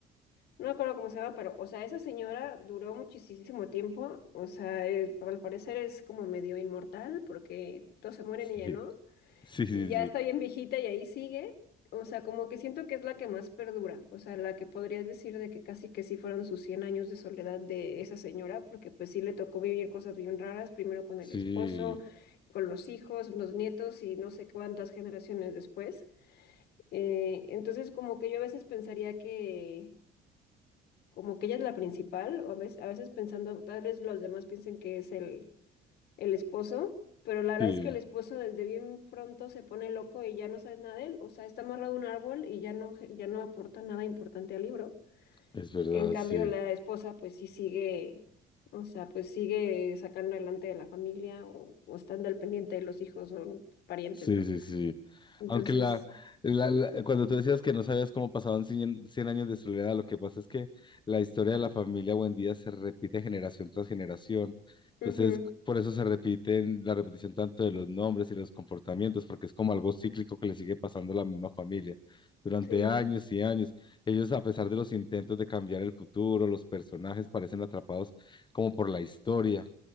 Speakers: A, on the left; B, on the left.
A: No me acuerdo cómo se llama, pero, o sea, esa señora duró muchísimo tiempo. O sea, es- al parecer es como medio inmortal porque todos se mueren
B: <laughs> sí,
A: y ella no.
B: sí, sí,
A: Y ya
B: sí,
A: está bien viejita y ahí sigue. O sea, como que siento que es la que más perdura. O sea, la que podrías decir de que casi que sí fueron sus cien años de soledad de esa señora, porque pues sí le tocó vivir cosas bien raras, primero con
B: sí,
A: el esposo, con los hijos, los nietos y no sé cuántas generaciones después. Eh, entonces, como que yo a veces pensaría que como que ella es la principal, o a veces, a veces pensando, tal vez los demás piensen que es el, el esposo, pero la verdad
B: sí,
A: es que el esposo desde bien pronto se pone loco y ya no sabes nada de él, o sea, está amarrado a un árbol y ya no, ya no aporta nada importante al libro.
B: es verdad,
A: En cambio,
B: sí.
A: la esposa pues sí sigue, o sea, pues sigue sacando adelante de la familia o, o estando al pendiente de los hijos o parientes,
B: Sí,
A: ¿no?
B: sí, sí.
A: Entonces,
B: Aunque la, la- la- cuando tú decías que no sabías cómo pasaban cien cien años de soledad, lo que pasa es que la historia de la familia Buendía se repite generación tras generación. Entonces,
A: ujú,
B: por eso se repiten la repetición tanto de los nombres y los comportamientos, porque es como algo cíclico que le sigue pasando a la misma familia. Durante
A: sí,
B: años y años, ellos, a pesar de los intentos de cambiar el futuro, los personajes parecen atrapados como por la historia,